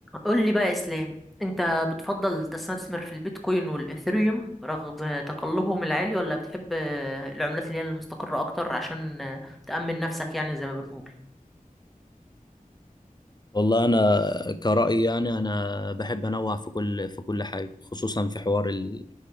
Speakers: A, in the centre; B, on the left (about 30°).
A: قول لي بقى يا اسلام انت بتفضل تستثمر في البيتكوين والاثيريوم رغم تقلبهم العالي ولا بتحب آه، العملات اللي هي المستقرة اكتر عشان آه، تأمن نفسك يعني زي ما بنقول
B: والله انا كرأيي يعني انا بحب انوع في كل في كل حاجه خصوصا في حوار ال-